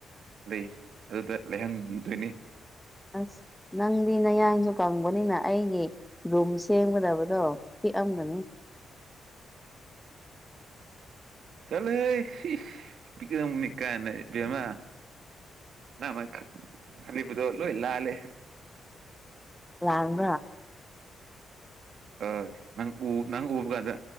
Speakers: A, on the right; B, in the centre.
A: ꯂꯩ ꯑꯗꯨꯗ ꯂꯩꯍꯟꯗꯣꯏꯅꯤ꯫
B: ꯑꯁ ꯅꯪꯗꯤ ꯅꯌꯥꯡꯁꯨ ꯀꯪꯕꯅꯤꯅ ꯑꯩꯒꯤ ꯔꯨꯝ ꯁꯦꯝꯒꯗꯕꯗꯣ ꯄꯤꯛꯑꯝꯒ <unintelligible>
A: ꯆꯜꯂ ꯍꯦ ꯁꯤꯁ ꯄꯤꯛꯔꯝꯒꯅꯤ ꯀꯥꯏꯅ ꯏꯕꯦꯃꯥ꯫ ꯅ ꯥꯏꯃ ꯈ ꯈꯂꯤꯕꯗꫭ ꯂꫭꯏ ꯂꯥꯜꯂꯦ꯫
B: ꯂꯥꯟ
A: ꯑꫭꯏ ꯅꯪ ꯎ ꯅꯪ ꯎꯕ ꯀꯥꯟꯗ